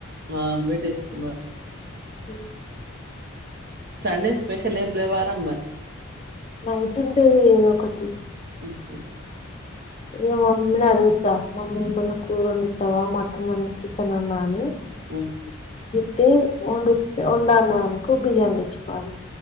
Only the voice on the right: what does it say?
ఆమ్లేటేసుకున్నరు
<inaudible> సండే స్పెషల్ ఏం లే వార మరి
ఊహూ
ఊహూ